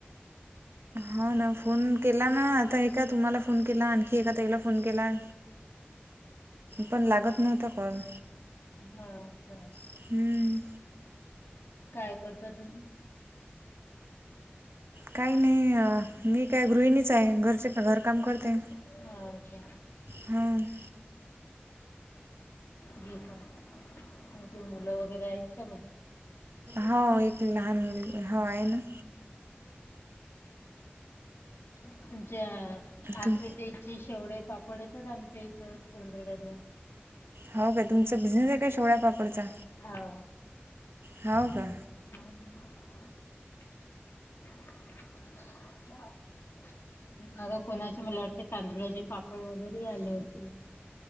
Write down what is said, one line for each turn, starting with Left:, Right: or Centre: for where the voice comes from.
Right: हो ना फोन केला ना आता हे का तुम्हाला फोन केला आणखी एका ताईला फोन केला. पण लागत नव्हता कॉल.
Left: हा ह
Right: हं.
Left: काय करता तुम्ही?
Right: काही नाही अ मी काय गृहिणीच आहे घरचे घर काम करते.
Left: हो का
Right: हम
Left: घी का ते मुलं वगैरे आहेत का मग
Right: हो एक लहान मुलगा हो आहे ना
Left: तुमच्या आक्रतीची
Right: तुम
Left: शेवडे पापड येतात आमच्या इथं सौंदड्याने
Right: हो काय तुमचा बिझनेस आहे काय शेवळ्या पापाचा?
Left: हो
Right: हा हो का?
Left: हा <inaudible> माग कोणाचे मला वाटते तांदुळाचे पापड वगैरे आले होते.